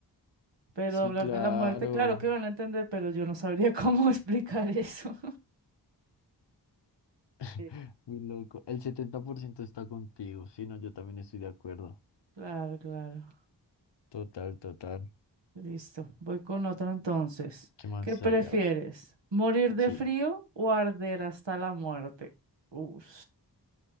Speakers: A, on the right; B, on the left.
A: Pero
B: sí,
A: hablar
B: claro.
A: de la muerte, claro que van a entender, pero yo no sabría <laughs> cómo explicar eso.
B: <laughs>
A: Sí.
B: Muy loco. El 70% está contigo. Sí, no, yo también estoy de acuerdo.
A: Claro, claro.
B: Total, total.
A: Listo. Voy con otro entonces.
B: ¿Qué más
A: ¿Qué prefieres?
B: hay? A ver.
A: ¿Morir de
B: Sí.
A: frío o arder hasta la muerte? Uf.